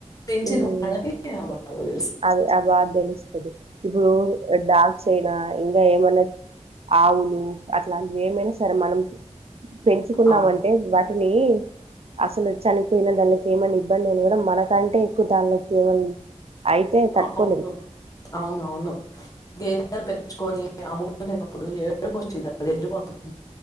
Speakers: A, on the left (about 30°); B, on the right (about 55°).
A: పెంచిన
B: ఉమ్
A: వాళ్ళకి ఆ బాగా తెల్సు.
B: అది ఆ బాగా తెలుస్తుంది ఇప్పుడు డాక్స్ అయినా ఇంకా ఏమన్నా ఆవులు అట్లాంటివి ఏమైనా సరే మనం పెంచుకున్నామంటే
A: అవును
B: బ వాని అసలు చనిపోయిన దానికి ఏమైనా ఇబ్బంది అని కూడా మనకంటే ఎక్కువ దానిలోకి ఏమన్నా అయితే తట్టుకోలేము
A: అవును అవునువును గేదలు పెంచుకొని అమ్ముకునేటప్పుడు ఎడుకి వచ్చిదిాది వెళ్ళిపోతుంది